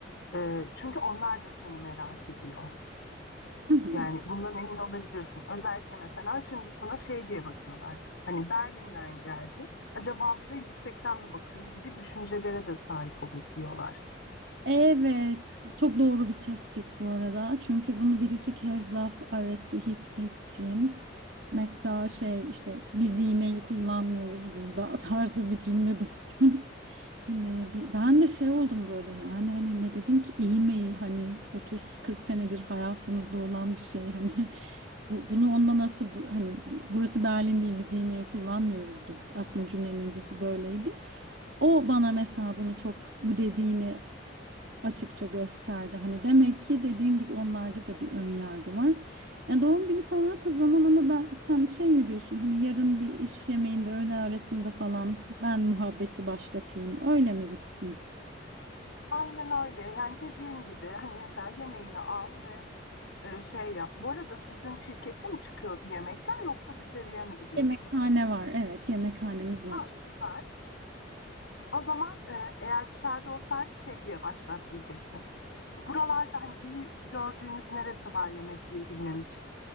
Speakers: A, on the left; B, on the right.
A: E, çünkü onlar da seni merak ediyor.
B: Hı hı.
A: Yani bundan emin olabilirsin. Özellikle mesela şimdi sana şey diye bakıyorlar. Hani Berlin'den geldi. Acaba bize yüksekten mi bakıyor gibi düşüncelere de sahip olur diyorlar.
B: Evet, çok doğru bir tespit bu arada. Çünkü bunu bir iki kez laf arası hissettim. Mesela şey işte biz e-mail kullanmıyoruz burada <laughs> tarzı bir cümle <laughs> duydum. Hani bi- ben de şey oldum böyle yani hani ne dedim ki e-mail hani 30-40 senedir hayatımızda olan bir şey hani <laughs> bu, bunu onunla nasıl bu- hani burası Berlin değil biz e-mail kullanmıyoruzdur. Aslında cümlenin öncesi böyleydi. O bana mesela bunu çok bu dediğini açıkça gösterdi. Hani demek ki dediğin gibi onlarda da bir ön yargı var. Yani doğum günü falan o zaman ama ben sen şey mi diyorsun hani yarın bir iş yemeğinde öğle arasında falan ben muhabbeti başlatayım öyle mi gitsin?
A: Aynen öyle. Yani dediğim gibi hani mesela yemeğini al ve e, şey yap. Bu arada sizin şirkette mi çıkıyordu yemekler yoksa dışarıya mı gidiyordunuz?
B: Yemekhane var evet yemekhanemiz var.
A: Ha, süper. O zaman e, eğer dışarıda olsaydı şey diye başlat diyecektim. Buralarda hani iyi gördüğünüz neresi var yemek yiyebilmem için?